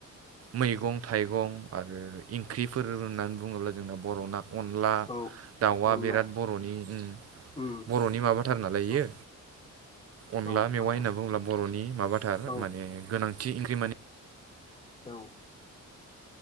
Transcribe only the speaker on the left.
औ
अनला
उम
औ
औ
नोंथां
औ
औ।